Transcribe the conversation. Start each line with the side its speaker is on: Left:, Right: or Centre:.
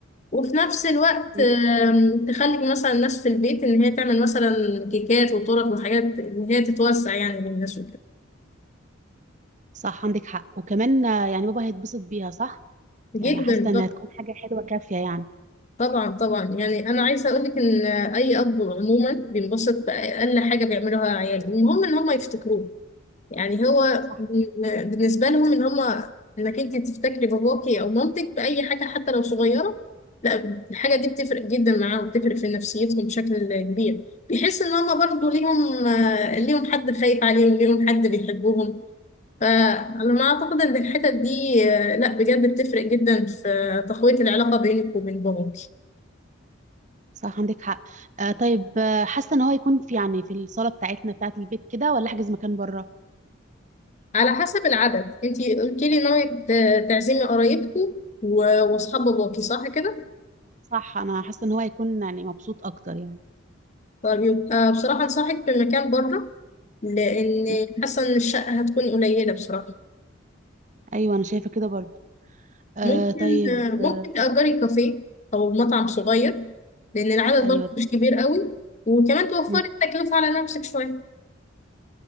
Left: وفي نفس الوقت
Right: أيوة.
Left: آم، تخلي مثلا الناس في البيت ان هي تعمل مثلا كيكات وتورت وحاجات ان هي تتوزع يعني للناس وكده
Right: صح عندك حق وكمان آه، يعني بابا هيتبسط بيها صح
Left: جدا
Right: يعني حاسه انها تكون حاجه حلوه كافيه يعني
Left: طبعا طبعا يعني انا عايزه اقول لك ان اي اب عموما بينبسط باقل حاجه بيعملوها عياله المهم ان هم يفتكروه يعني هو
Right: صح
Left: بن- بالنسبه لهم ان هم انك انت تفتكري باباكي او مامتك باي حاجه حتى لو صغيره لا الحاجه دي بتفرق جدا معاهم بتفرق في نفسيتهم بشكل كبير بيحس ان هم برضو ليهم آه، ليهم حد خايف عليهم ليهم حد بيحبهم فانا ما اعتقد ان الحتت دي آه، لا بجد بتفرق جدا في تقويه العلاقه بينك وبين باباك
Right: صح عندك حق آه طيب آه، حاسه ان هو يكون في يعني في الصاله بتاعتنا بتاعت البيت كده ولا احجز مكان بره
Left: على حسب العدد انتي قلتي لي ناوية ت- تعزمي قرايبكم و- واصحاب باباكي صح كده
Right: صح انا حاسه ان هو هيكون يعني مبسوط اكتر يعني
Left: طب يبقى بصراحة انصحك بمكان بره لان
Right: م.
Left: حاسة ان الشقة هتكون قليلة بصراحة
Right: ايوه انا شايفه كده برضو آه
Left: ممكن
Right: طيب آه
Left: ممكن تأجري كافيه او مطعم صغير لان العدد
Right: ايوه
Left: برضه مش كبير قوي وكمان توفري
Right: م.
Left: التكلفة على نفسك شوية